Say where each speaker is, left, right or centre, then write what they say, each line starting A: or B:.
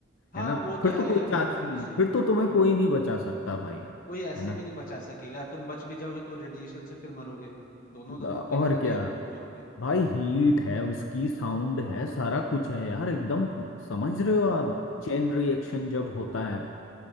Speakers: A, on the left (about 45°); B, on the left (about 80°).
A: हाँ
B: है ना
A: वो तो
B: फिर
A: है
B: तो कोई
A: यार वो
B: चांस
A: तो फिर
B: नहीं
A: उस
B: है
A: सिचुएशन
B: फिर तो तुम्हें
A: में
B: कोई नहीं बचा सकता भाई
A: कोई ऐसे
B: है ना
A: भी नहीं बचा सकेगा तुम बच भी जाओगे तो रेडिएशन से फिर मरोगे दोनों दोनों
B: और
A: कहीं ना कहीं
B: क्या
A: तो तुम जाओगे
B: भाई हीट है उसकी साउंड है सारा कुछ है यार एकदम समझ रहे हो आप चेन रिएक्शन जब होता है